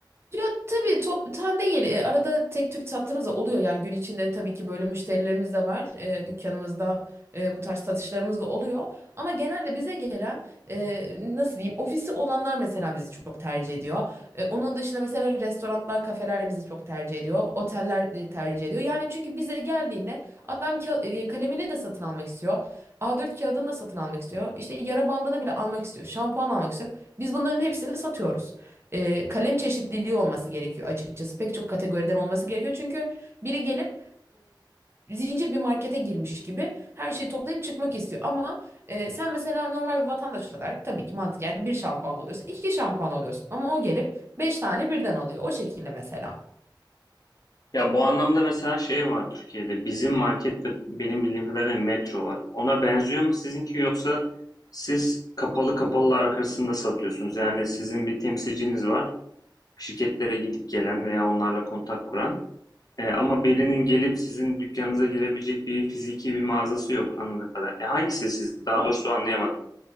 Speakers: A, on the right; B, on the left.
A: Ya tabii top toptan değil. E, Arada tek tük sattığımız da oluyor. Yani gün içinde tabii ki böyle müşterilerimiz de var. E, dükkanımızda e, bu tarz satışlarımız da oluyor. Ama genelde bize gelen e, nasıl diyeyim ofisi olanlar mesela bizi çok tercih ediyor. E, onun dışında mesela restoranlar, kafeler bizi çok tercih ediyor. Oteller e, tercih ediyor. Yani çünkü bize geldiğinde adam ka- e, kalemini de satın almak istiyor. A4 kağıdını da satın almak istiyor. İşte yara bandını bile almak istiyor. Şampuan almak istiyor. Biz bunların hepsini satıyoruz e, kalem çeşitliliği olması gerekiyor açıkçası. Pek çok kategoriden olması gerekiyor. Çünkü biri gelip e, zincir bir markete girmiş gibi her şeyi toplayıp çıkmak istiyor. Ama e, sen mesela normal bir vatandaş olarak tabii ki mantıken bir şampuan alıyorsun, iki şampuan alıyorsun. Ama o gelip beş tane birden alıyor. O şekilde mesela.
B: Ya bu anlamda mesela şey var Türkiye'de. Bizim market ve benim bildiğim kadarıyla metro var. Ona benziyor mu sizinki yoksa siz kapalı kapalılar arasında satıyorsunuz? Yani sizin bir temsilciniz var. şirketlere gidip gelen veya onlarla kontak kuran. E, ama birinin gelip sizin dükkanınıza girebilecek bir fiziki bir mağazası yok anladığım kadarıyla. E, Hangisi siz? Daha
A: Var.
B: doğrusu anlayamadım.